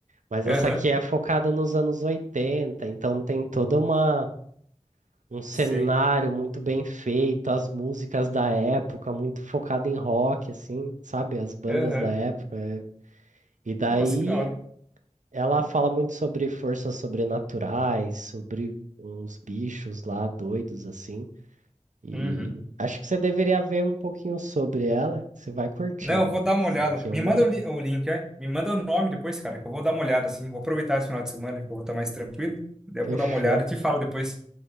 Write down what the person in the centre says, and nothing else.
Aham,
sei.
Aham.
Nossa, que da hora.
Uhum.
Não,
eu vou
dar uma olhada.
Me manda o, li- o link, é? Me manda o nome depois, cara, que eu vou dar uma olhada, assim. Vou aproveitar esse final de semana, que eu vou estar mais tranquilo. Daí
eu vou dar uma olhada e te falo depois.